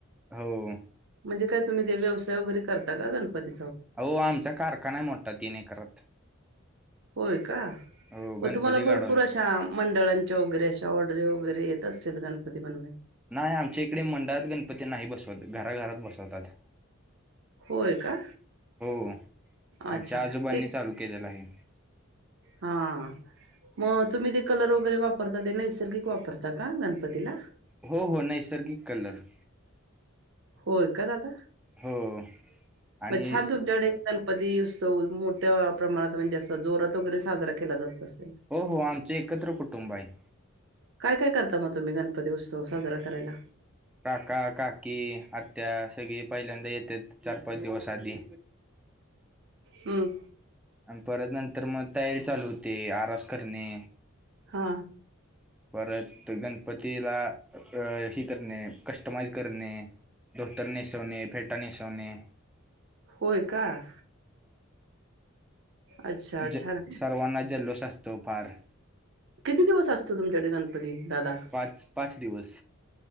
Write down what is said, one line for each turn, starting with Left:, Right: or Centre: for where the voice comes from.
Centre: हो
Right: म्हणजे काय तुम्ही ते व्यवसाय वगैरे करता का गणपती
Centre: हो आमचा कारखाना आहे मोठा तीन एकरात
Right: होय का
Centre: हो गणपती
Right: मग तुम्हाला
Centre: घडवून
Right: भरपूर अशा मंडळां वगरेशा ऑडरे वगैरे येत असतील गणपती बन
Centre: नाही आमच्या इकडे मंडळात गणपती नाही बसवत घराघरात बसवतात
Right: होय का?
Centre: हो आमच्या
Right: अच्छा
Centre: आजोबांनी
Right: ते
Centre: चालू केलेलं आहे
Right: हा मग तुम्ही ते कलर वगैरे वापरता ते नैसर्गिक वापरता का गणपतीला
Centre: हो हो नैसर्गिक कलर
Right: होय का दादा
Centre: हो आणि
Right: मग छान
Centre: स-
Right: तुमच्याडे गणपती उत्सव मोठ्या प्रमाणात म्हणजे असं जोरात वगैरे साजरा केला जात असेल
Centre: हो हो आमच एकत्र कुटुंब आहे
Right: काय काय करता मग तुम्ही गणपती उत्सव साजरा करायला
Centre: काका काकी आत्या सगळी पहिल्यांदा येते चार पाच दिवस आधी
Right: हम्म
Centre: आणि परत नंतर मग तयारी चालू होते आरास करणे
Right: हा
Centre: हम् <inaudible> परत गणपतीला अ हेि करणे कस्टमाइज करणे धोतरने सोने फेटाने सोने.
Right: होय का. अच्छा
Centre: ज
Right: छान
Centre: सर्वांना जल्लोष असतो फार.
Right: किती दिवस असतो तुमच्याडे गणपती दादा?
Centre: पाच पाच दिवस